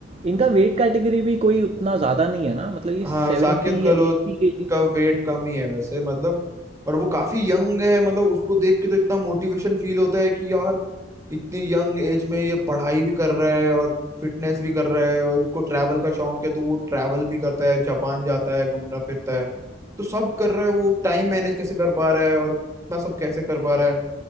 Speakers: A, on the right; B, on the right.
A: इनका वेट कैटेगरी भी कोई उतना ज़्यादा नहीं है ना मतलब ये
B: हाँ
A: सेवेंटी
B: साकेत गहलोत
A: या एट्टी केजी
B: का वेट कम ही है वैसे मतलब और वो काफी यंग है मतलब उसको देख के तो इतना मोटिवेशन फील होता है कि यार इतनी यंग एज में ये पढ़ाई भी कर रहा है और फिटनेस भी कर रहा है और उसको ट्रैवल का शौक है तो वो ट्रैवल भी करता है जापान जाता है घूमना फिरता है तो सब कर रहा है वो टाइम मैनेज कैसे कर पा रहा है और इतना सब कैसे कर पा रहा है